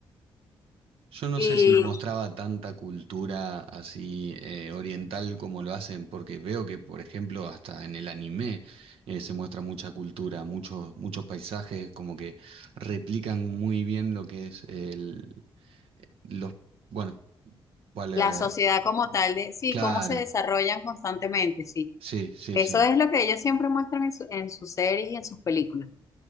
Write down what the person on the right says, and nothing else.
Yo no
sé si mostraba tanta cultura así eh, oriental como lo hacen, porque veo que, por ejemplo, hasta en el anime eh, se muestra mucha cultura, muchos, muchos paisajes como que replican muy bien lo que es el, eh, los, bueno, cuál
era la-
Claro,
sí, sí,
sí.